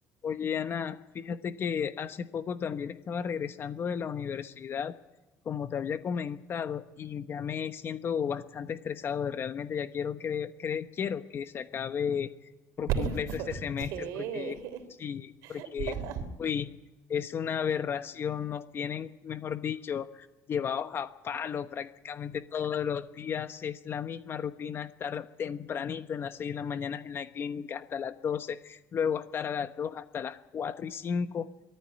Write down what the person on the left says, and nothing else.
Oye, Ana, fíjate que hace poco también estaba regresando de la universidad, como te había comentado, y ya me siento bastante estresado de realmente ya quiero que, cre- quiero que se acabe por
completo
este semestre
porque sí, porque
uy, es una aberración, nos tienen, mejor dicho, llevados a palo prácticamente todos los días, es la misma rutina, estar tempranito en las 6 de la mañana en la clínica hasta las doce luego estar a las 2 hasta las 4 y 5